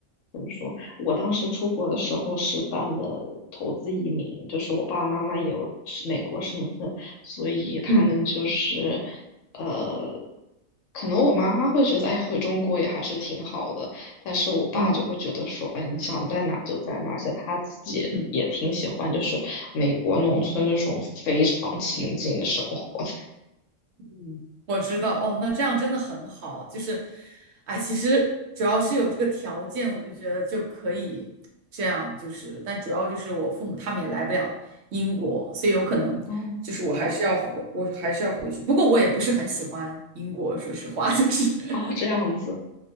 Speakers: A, on the left; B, on the right.
A: 怎么说，我当时出国的时候是办的投资移民，就是我爸爸妈妈也有是美国身份，所以他们就是
B: 嗯
A: 呃，可能我妈妈会觉得，哎，回中国也还是挺好的，但是我爸就会觉得说，
B: 嗯
A: 哎，你想在哪就在哪，而且他自己也也挺喜欢，
B: 嗯。
A: 就是美国农村这种非常清静的生活。
B: 嗯，我知道哦，那这样真的很好。就是，哎，其实主要是有这个条件，我就觉得就可以这样。就是，但主要就是我父母他们也来不了英国，所以有可能就是我还是要回，
A: 哦，
B: 我还是要回去。不过我也不是很喜欢英国，说实话，就是 <laughs>
A: 啊，这样子，